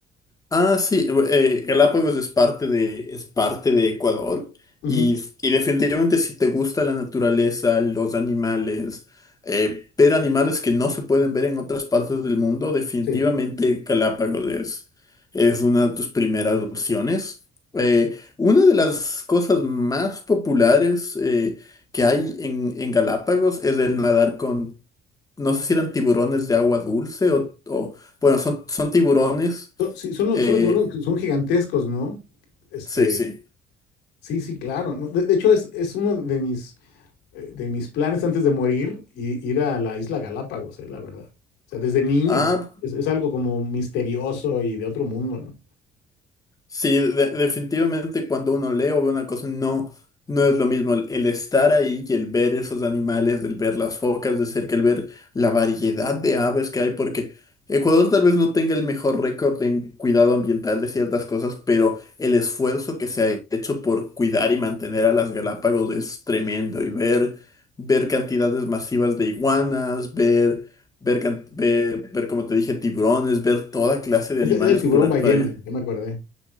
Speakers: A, on the left (about 20°); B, on the left (about 85°).
A: Ah, sí, eh, eh, Galápagos es parte de, es parte de Ecuador
B: Ujú.
A: y, y definitivamente si te gusta la naturaleza, los animales, eh, ver animales que no se pueden ver en otras partes del mundo, definitivamente
B: Sí,
A: Galápagos es, es una de tus primeras opciones. Eh, una de las cosas más populares eh, que hay en, en Galápagos es el nadar con, no sé si eran tiburones de agua dulce o, o- bueno, son, son tiburones.
B: son, sí, son los,
A: Eh,
B: son los tiburones que son gigantescos, ¿no? Este,
A: sí, sí.
B: sí, sí, claro. ¿no? De, de hecho, es, es uno de mis, eh, de mis planes antes de morir, i- ir a la isla Galápagos, eh, la verdad. O sea, desde niño.
A: Ah,
B: Es, es algo como misterioso y de otro mundo, ¿no?
A: Sí, de- definitivamente cuando uno lee o ve una cosa, no, no es lo mismo el, el estar ahí y el ver esos animales, el ver las focas de cerca, el ver la variedad de aves que hay, porque Ecuador tal vez no tenga el mejor récord en cuidado ambiental de ciertas cosas, pero el esfuerzo que se ha hecho por cuidar y mantener a las Galápagos es tremendo y ver, ver cantidades masivas de iguanas, ver, ver, can- ver, ver, como te dije, tiburones, ver toda clase de
B: Es,
A: animales
B: es el tiburón
A: por,
B: ballena,
A: por ahí.
B: ya me acordé.